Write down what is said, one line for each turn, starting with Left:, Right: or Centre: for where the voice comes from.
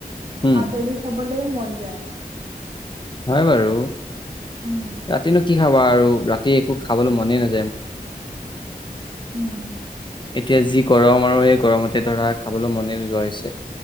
Left: উম,
Right: আবেলি হবলৈ মন যায় ।
Left: হয় বাৰু
Right: উম,
Left: ৰাতিনো কি খাব? কোৱা আৰু ৰাতি একো খাবলৈ মনে নাযায় মোৰ ।
Right: উম।
Left: এতিয়া যি গৰম আমাৰ সেই গৰমতে ধৰা খাবলৈ মনে নোযোৱা হৈছে ।